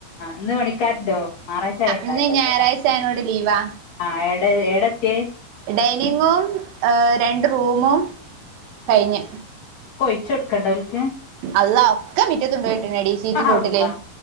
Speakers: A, on the left (about 50°); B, on the right (about 75°).
A: ഒന്ന് പണിക്കാരണ്ടോ ഞറാഴ്ചാല
B: ഇന്ന്
A: കേട്ടെ
B: ഞായറാഴ്ച
A: ആ
B: ആയനോട് ലീവാ
A: ആ എ എടക്ക
B: ഡൈനിങ്ങും ഏ രണ്ട് റൂമും കഴിഞ്ഞ്
A: കൊഴിച്ച കൊടുക്കണ്ട അവലക്ക്
B: അള്ള ഒക്കെ മറ്റത്തുണ്ട പോയിട്ടുടി സീറ്റിന്റെ
A: അള്ളാ
B: ഒട്ടില്